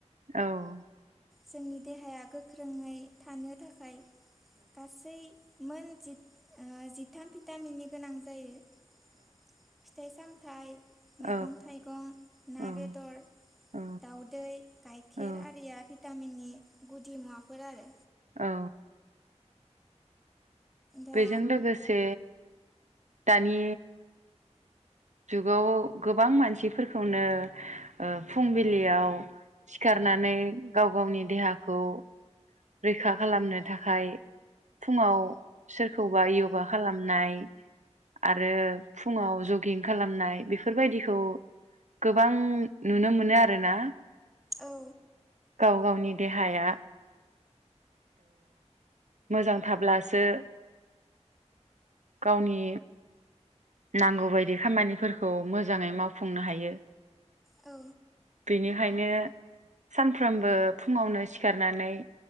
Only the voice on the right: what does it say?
औ
औ
औ
औ
औ
औ
बेजों लोगोसे दानि जुगाव गोबां मानसिफोरखौनो फुंबिलियाव सिखारनानै गाव गावनि देहाखौ रैखा खालामनो थाखाय फुङाव सोरखौबा यगा खालामनाय आरो फुङाव जगिं खालामनाय बेफोरबायदिखौ गोबां नुनो मोनो आरोना
गाव गावनि देहाया मोजां थाब्लासो गावनि नांगौबायदि खामानिफोरखौ मोजाङै मावफुंनो हायो
बेनिखायनो सानफ्रोमबो फुङावनो सिखारनानै